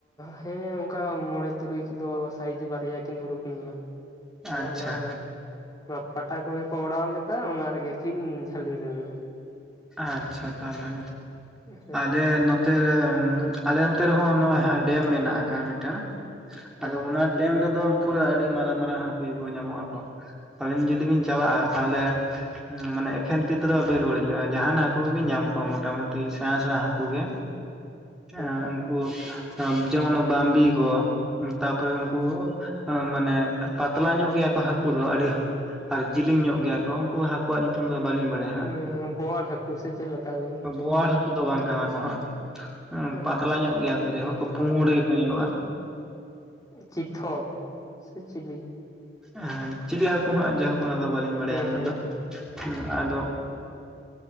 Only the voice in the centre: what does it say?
ᱟᱪᱪᱷᱟ
ᱟᱪᱪᱷᱟ ᱛᱟᱦᱞᱮ
ᱟᱞᱮ ᱱᱚ ᱛᱮ ᱩᱢ ᱟᱞᱮ ᱚᱱᱛᱮ ᱨᱮᱦᱚᱸ ᱱᱚᱼᱚᱭ ᱦᱟᱜ ᱰᱮᱢ ᱢᱮᱱᱟᱜ ᱟᱠᱟᱼᱟ ᱢᱤᱴᱟ
ᱟᱫᱚ
ᱚᱱᱟ ᱰᱮᱢ ᱨᱮᱫᱚ ᱯᱩᱨᱟᱹ ᱟᱹᱰᱤ ᱢᱟᱨᱟᱝ ᱢᱟᱨᱟᱝ ᱦᱟᱹᱠᱩ ᱜᱮᱠᱚ ᱧᱟᱢᱚᱜ ᱟᱠᱚ᱾ ᱟᱵᱤᱱ ᱡᱩᱫᱤ ᱵᱤᱱ ᱪᱟᱞᱟᱜᱼᱟ ᱛᱟᱦᱚᱞᱮ ᱩᱢ ᱢᱟᱱᱮ ᱮᱠᱷᱮᱱ ᱛᱤ ᱛᱮᱫᱚ ᱵᱟᱵᱮᱱ ᱨᱩᱣᱟᱹᱲ ᱤᱭᱟᱹ ᱡᱟᱦᱟᱱᱟ ᱦᱟᱹᱠᱩ ᱠᱩᱜᱮ ᱧᱟᱢ ᱠᱚᱣᱟ ᱢᱚᱴᱟᱢᱩᱴᱤ ᱥᱮᱬᱟ ᱥᱮᱬᱟ ᱦᱟᱹᱠᱩ ᱜᱮ᱾ ᱮᱸ
ᱩᱝ ᱠᱩ ᱟᱵ ᱡᱮᱢᱚᱱ ᱵᱟᱢᱵᱤ ᱠᱚ ᱛᱟᱯᱚᱨᱮ ᱩᱱᱠᱩ ᱢᱟᱱᱮ ᱯᱟᱛᱞᱟ ᱧᱚᱜ ᱜᱮᱭᱟ ᱠᱚ ᱦᱟᱹᱠᱩ ᱫᱚ ᱟᱹᱰᱤ ᱦᱟᱹ ᱟᱨ ᱡᱮᱞᱮᱧ ᱧᱚᱜ ᱜᱮᱭᱟ ᱠᱚ ᱩᱱᱠᱩ ᱦᱟ ᱠᱩᱣᱟᱜ ᱧᱩᱛᱩᱢ ᱫᱚ ᱵᱟᱹᱞᱤᱧ ᱵᱟᱰᱟᱭᱟ ᱦᱟᱸᱜ᱾
ᱵᱳᱣᱟᱲ ᱦᱟᱹᱠᱩ ᱫᱚ ᱵᱟᱝ ᱠᱟᱱᱟ ᱠᱚ ᱦᱟᱸᱜ᱾ ᱮᱸᱢ
ᱯᱟᱛᱞᱟ ᱧᱚᱜ ᱜᱮᱭᱟ ᱠᱚ ᱡᱮᱦᱳᱠ
ᱯᱩᱲ ᱜᱮᱠᱚ ᱧᱮᱞᱚᱜᱼᱟ᱾
ᱟᱸᱦᱟ ᱪᱤᱞᱤ ᱦᱟᱹᱠᱩ ᱦᱟᱸᱜ ᱡᱟᱦᱳᱠ ᱚᱱᱟ ᱫᱚ ᱵᱟᱹᱞᱤᱧ ᱵᱟᱰᱟᱭᱟ
ᱩᱱᱟᱹᱜ
ᱫᱚ᱾
ᱦᱩᱸ, ᱟᱫᱚ